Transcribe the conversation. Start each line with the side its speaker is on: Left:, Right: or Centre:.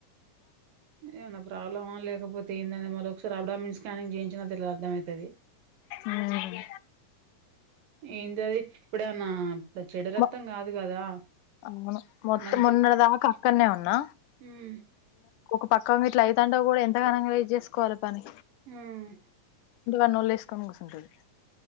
Right: ఏమన్నా ప్రాబ్లమా లేకపోతే దేని దాని మలో ఒకసారి అబ్డామిన్ స్కానింగ్ చేయించినా తెల్ అర్థం ఐతది
Left: ఉమ్.
Right: ఏంది అది ఇప్పుడేమన్నా చెడు రక్తం
Left: మొ-
Right: కాదు కదా
Left: అవును మొత్తం
Right: మంచి
Left: మొన్నటి దాకా అక్కనే ఉన్నా
Right: మ్మ్
Left: ఒక పక్క గిట్లా ఐతంటే కూడా ఎంత గనంగా ఇది చేసుకోవాలి పని
Right: ఉమ్
Left: వాన్ని ఒళ్ళే వేసుకుని కూర్చుంటాది